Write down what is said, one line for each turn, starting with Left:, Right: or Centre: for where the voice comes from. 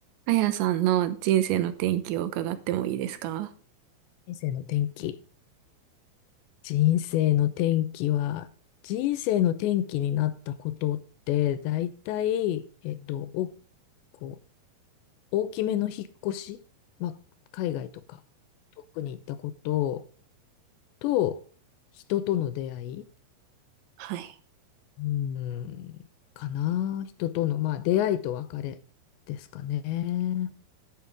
Right: あやさんの人生の転機を伺ってもいいですか
Left: 人生の転機。人生の転機は、人生の転機になったことって、だいたい、えっと、お、こう、大きめの引っ越し、まあ、海外とか、遠くに行ったことと、人との出会い、
Right: はい。
Left: うん、かな。人との、まあ、出会いと別れですかね。